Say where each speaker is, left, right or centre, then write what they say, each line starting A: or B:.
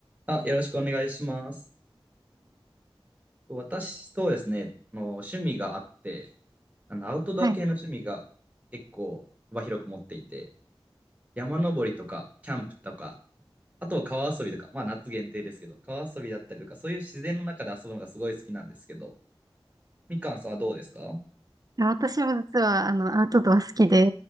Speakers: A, on the right; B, on the right.
A: あ、よろしくお願いします。私、そうですね、あの、趣味があって、あの、アウトドア系の趣味が結構幅広く持っていて、
B: はい。はい
A: 山登りとか、キャンプとか、あとは川遊びとか、まあ夏限定ですけど、川遊びだったりとか、そういう自然の中で遊ぶのがすごい好きなんですけど、みかんさんはどうですか
B: 私も実は、あの、アウトドア好きで、